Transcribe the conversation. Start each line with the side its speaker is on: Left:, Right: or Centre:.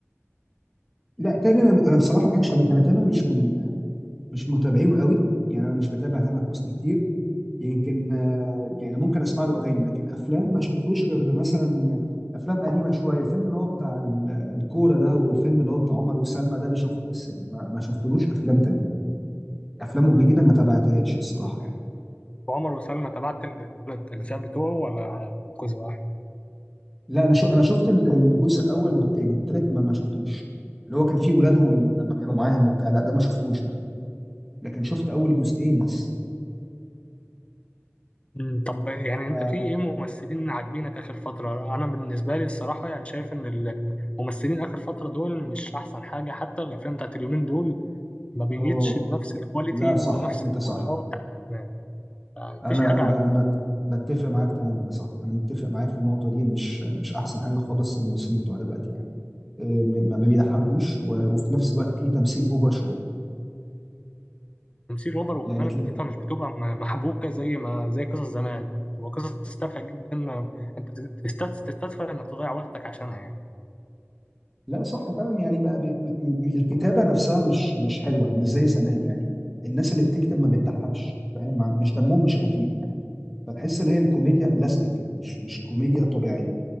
Centre: لا تامر انا أنا بصراحة ما اضحكش عليك انا تامر مش من مش متابعينه قوي يعني انا مش بتابع تامر حسني كتير يمكن آه، يعني ممكن اسمع له اغاني لكن افلام ما شفتلوش غير مثلا افلام قديمه شويه الفيلم اللي هو بتاع ال- الكوره ده والفيلم اللي هو بتاع عمر وسلمى ده اللي شفته بس يعني ما, ما شفتلوش افلام تانية افلامه الجديده ما تابعتهاش الصراحه يعني
Left: وعمر وسلمى تابعت الثلاث اجزاء بتوعه ولا جزء واحد
Centre: لا انا شو انا شفت ال- الجزء الاول والتاني التالت ما, ما شفتوش اللي هو كان فيه ولادهم لم- لما كانوا معاهم وبتاع لا ده ما شفتوش ده لكن شفت اول جزئين بس
Left: مم، طب يعني
Centre: ف
Left: انت في ايه ممثلين عاجبينك اخر فتره انا بالنسبه لي الصراحه يعني شايف ان ال- ممثلين اخر فتره دول مش احسن حاجه حتى الافلام بتاعت اليومين دول ما بيجيتش
Centre: اه
Left: بنفس الكواليتي
Centre: لا صح
Left: ونفس
Centre: انت
Left: المحتوى
Centre: صح
Left: بتاع زمان آه، مفيش
Centre: انا
Left: حاجة
Centre: انا
Left: عن
Centre: بقى انا بت- بتفق معاك تماما يا صاحبي انا متفق معاك في النقطه دي مش مش احسن حاجه خالص الممثلين بتوع دلوقتي يعني آه، م- ما بيضحكوش و- وفي نفس الوقت فيه تمثيل اوفر شويه
Left: تمثيل أوفر وكمان
Centre: يعني بتلاقي
Left: القصة مش بتبقى م- محبوكة زي ما زي قصص زمان بتبقى قصص تافهة جدا ما- أنت تست- تستدفى إنك تضيع وقتك عشانها يعني
Centre: لا صح فعلا يعني بقى بي... م... م- الكتابه نفسها مش مش حلوه يعني، مش زي زمان يعني الناس اللي بتكتب ما بتضحكش فاهم مع- مش دمهم مش خفيف يعني فتحس اللي هي الكوميديا بلاستيك كده مش مش كوميديا طبيعيه